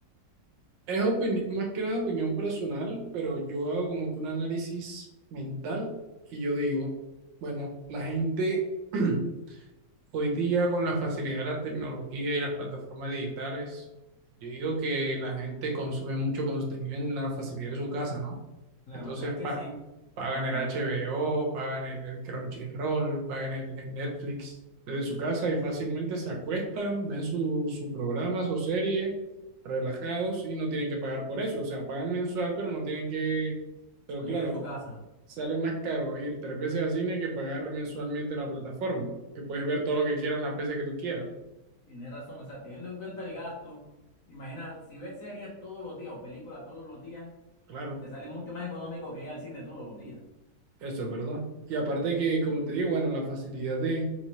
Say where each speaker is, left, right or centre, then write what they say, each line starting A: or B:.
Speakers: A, on the right; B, on the left.
A: Es opini- más que nada opinión personal, pero yo hago como que un análisis mental y yo digo, bueno, la gente <clears throat> hoy día con la facilidad de la tecnología y las plataformas digitales, yo digo que la gente consume mucho contenido en la facilidad de su casa, ¿no?
B: La
A: Entonces
B: verdad es que
A: pa-
B: sí,
A: pagan
B: hasta
A: el HBO,
B: yo
A: pagan el, el Crunchyroll, pagan el, el Netflix desde su casa y fácilmente se acuestan, ven sus su programas o series relajados y no tienen que pagar por eso. O sea, pagan mensual, pero no tienen que... Pero
B: salir
A: claro,
B: de su casa.
A: sale más caro ir tres veces al cine que pagar mensualmente la plataforma, que puedes ver todo lo que quieras las veces que tú quieras.
B: Tienes razón, o sea, teniendo en cuenta el gasto, imagina, si ves series todos los días o películas todos los días,
A: Claro.
B: te sale mucho más económico que ir al cine todos los días.
A: Eso es verdad. Y aparte que, como te digo, bueno, la facilidad de,